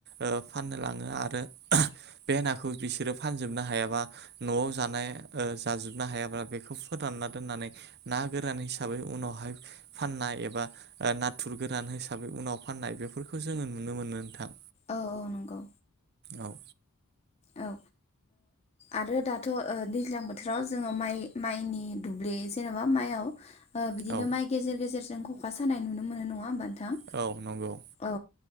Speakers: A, on the right (about 45°); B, on the left (about 30°).
A: ओ फाननो लाङो आरो बे नाखौ बिसोरो फानजोबनो हायाबा न'आव जानाय ओ जाजुबनो हायाबा बेखौ फोरानना दोननानै ना गोरान हिसाबै उनावहाय फाननाय एबा ओ नाथुर गोरान हिसाबै उनाव फाननाय बे फोरखौ जोङो नुनो मोनो नोंथां।
B: औ औ नंगौ।
A: औ
B: औ ओ आरो दाथ' ओ दैज्लां बोथोराव जोङो माइ माइनि दुब्लि जेनेबा माइयाव ओ बिदिनो
A: औ
B: माइ गेजेर गेजेर जों ख'खा सानाय नुनो मोनो नङा होमबा नों थां
A: औ नंगौ
B: औ।